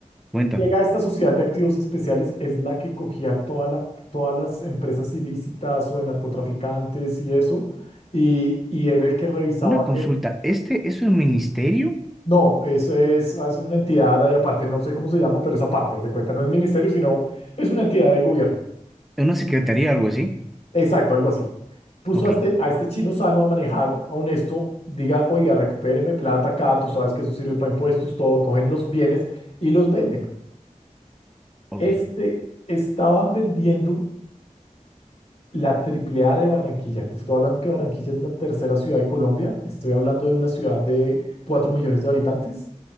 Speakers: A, in the centre; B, on the left (about 55°).
A: Cuéntame,
B: Llega esta Sociedad de Activos Especiales, es la que cogía toda la- todas las empresas ilícitas o de narcotraficantes y eso, y, y era el que revisaba
A: una consulta, ¿este es un ministerio?
B: No, eso es, es una entidad ahí aparte, no sé cómo se llama, pero esa parte, haz de cuenta, no es ministerio, sino es una entidad del gobierno.
A: ¿Una secretaría, algo así?
B: Exacto, algo así. Puso
A: Ok,
B: a este, a este chino sano a manejar a honesto, diga, oiga, recupéreme plata acá, tú sabes que eso sirve para impuestos, todo, cogen los bienes y los venden.
A: ok,
B: Este, estaban vendiendo la triple A de Barranquilla. Te estoy hablando que Barranquilla es la tercera ciudad de Colombia, estoy hablando de una ciudad de 4 millones de habitantes.